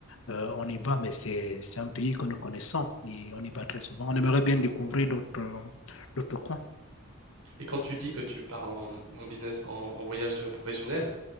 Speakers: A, on the left; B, on the right.
A: Euh, on y va, mais c'est un pays que nous connaissons et on y va très souvent. On aimerait bien découvrir d'autres d'autres coins.
B: Et quand tu dis que tu pars en, en business, en, en voyage professionnel,